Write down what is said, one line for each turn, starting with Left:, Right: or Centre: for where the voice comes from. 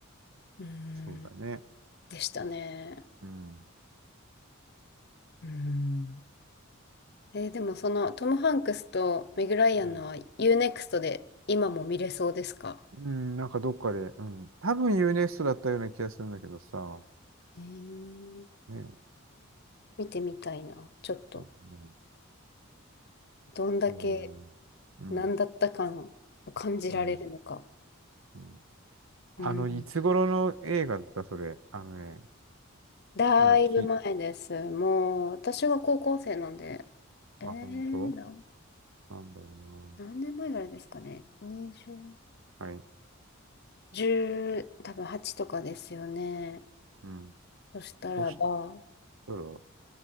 Left: うん、
Right: そうだね。
Left: でしたね。
Right: うん。
Left: うん。えーでもそのトム・ハンクスとメグ・ライアンのは
Right: うん。
Left: u ネクストで今も見れそうですか
Right: うんなんかどっかで、うん。多分ユーネ e ストだったような気がするんだけどさ。
Left: えー
Right: ね。
Left: 見てみたいな。ちょっと、
Right: そうだね。
Left: どんだけ
Right: へーうん。
Left: 何だった感を感じられるのか。
Right: うん。うん。あの、
Left: うん。
Right: いつ頃の映画だったそれ。あのね、
Left: だいぶ前です。
Right: 今、き、
Left: もう、私が高校生なんで、えー、
Right: あ、本当
Left: なん、
Right: なんだろ
Left: 何年前ぐらいですかね。20、
Right: うな。はい。
Left: 1多分8とかですよね。
Right: うん。
Left: そしたらば、
Right: そそうだ、